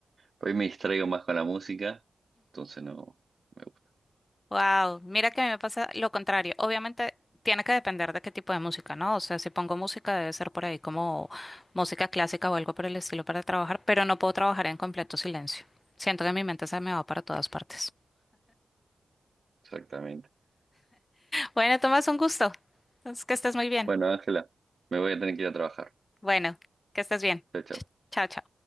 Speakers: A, on the right; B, on the left.
A: por ahí me distraigo más con la música, entonces no me gusta,
B: Wow, mira que a mí me pasa lo contrario. Obviamente tiene que depender de qué tipo de música, ¿no? O sea, si pongo música debe ser por ahí como música clásica o algo por el estilo para trabajar, pero no puedo trabajar en completo silencio. Siento que mi mente se me va para todas partes.
A: exactamente.
B: Bueno, Tomás, un gusto. Entonces, que estés muy bien.
A: Bueno, Ángela, me voy a tener que ir a trabajar.
B: Bueno, que estés bien.
A: Chao, chao.
B: Ch- Chao, chao.